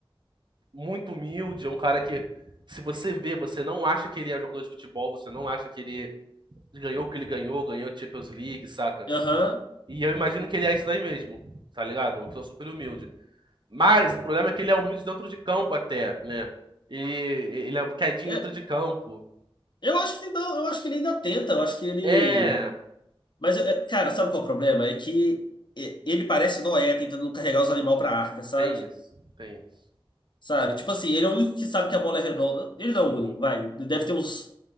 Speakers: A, on the right; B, on the left.
A: muito humilde, é um cara que. Se você vê, você não acha que ele é um jogador de futebol, você não acha que ele ganhou o que ele ganhou, ganhou a Champions League, saca?
B: Aham.
A: E eu imagino que ele é isso daí mesmo, tá ligado? Uma pessoa super humilde. Mas o problema é que ele é humilde dentro de campo até, né? E ele é quietinho
B: É,
A: dentro de campo.
B: eu acho que não, eu acho que ele ainda tenta, eu acho que ele.
A: É,
B: Mas, é, cara, sabe qual é o problema? É que é, ele parece Noé tentando carregar os animais pra arca, sabe?
A: tem isso, tem isso.
B: Sabe? Tipo assim, ele é o único que sabe que a bola é redonda. Ele não é
A: Uhum,
B: o único, vai. Deve ter uns.